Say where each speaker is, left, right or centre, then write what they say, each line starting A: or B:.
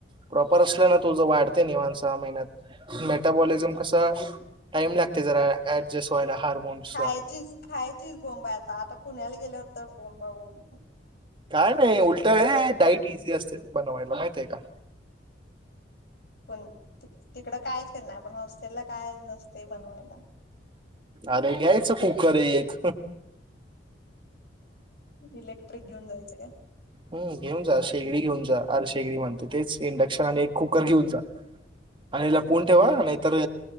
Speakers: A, on the right; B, on the left.
A: प्रॉपर असलं ना तुझ वाढतंय निवांत सहा महिन्यात. मेटाबॉलिझम कसं टाइम लागते जरा ऍडजस्ट व्हायला हार्मोन्सला
B: खायचीच खायचीच बोंब हाय आता आता पुण्याला गेल्यावर तर बोंबाबोंब
A: काय नाही उलट ये डाईट इझी असते बनवायला, माहितये का?
B: पण तिकडं कायच केलं नाही, पण हॉस्टेलला काय नसते बनवायला.
A: अरे घ्यायचं की खरे एक
B: <inaudible> ईलेक <unintelligible> घेऊन जायचं काय?
A: हम्म घेऊन जा, शेगडी घेऊन जा. अरे शेगडी म्हणतोय, तेच इंडक्शन आणि एक कुकर घेऊन जा आणि लपवून ठेवा हा नाहीतर